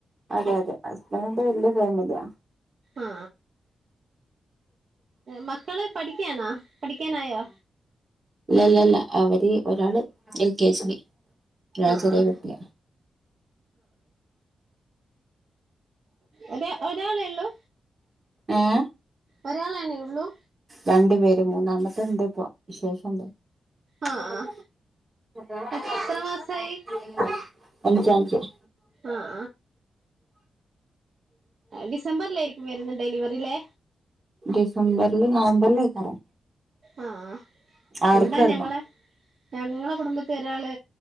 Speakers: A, on the right (about 25°); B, on the right (about 45°).
A: അതെ അതെ ഹസ്ബൻഡന്റെ വലയ ഫാമിലിയാ
B: ആ മക്കള് പഠിക്കാനാ പഠിക്കാനായോ
A: ഇല്ലല്ലല്ല അവര് ഒരാള് എൽ കെ ജി രാൾ
B: ആഹ്
A: ചെറിയ കുട്ട്യാ
B: ഒ ഒരാളേ ഉള്ളു
A: ഏഹ്
B: ഒരാളന്നെ ഉള്ളു
A: രണ്ടു പേര് മൂന്നാമത്തെ ഉണ്ട് പോ വിശേഷ ണ്ട് <unintelligible>
B: ആഹ് ആഹ് എത്ര മാസായി
A: അഞ്ചഞ്ച് <unintelligible>
B: ആഹ് ഡിസംബറിലയിരിക്കും വരുന്ന ഡെലിവറില്ലേ
A: ഡിസംബർൽ നവംബർൽ എക്കാരം
B: ആ
A: ആർക്കായിരുന്നു
B: ഇവിടെ ഞങ്ങളെ ഞങ്ങളെ കുടുംബത്തിൽ ഒരാള്